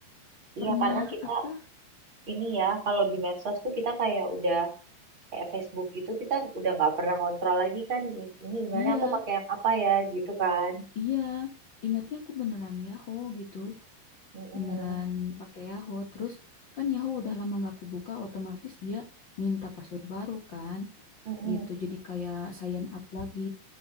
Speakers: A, on the right; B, on the left.
A: Iya,
B: Pernah
A: karena kita
B: apa?
A: ini ya, kalau di medsos tuh kita kayak udah kayak Facebook gitu, kita udah nggak pernah kontrol lagi kan, i- ini emailnya
B: Iya,
A: aku pakai yang apa ya, gitu kan.
B: iya. Ingatnya aku beneran Yahoo gitu.
A: Mm-mm,
B: Beneran pakai Yahoo. Terus kan Yahoo udah lama nggak aku buka, otomatis dia minta password baru kan.
A: mm-mm,
B: gitu. Jadi kayak sign up lagi.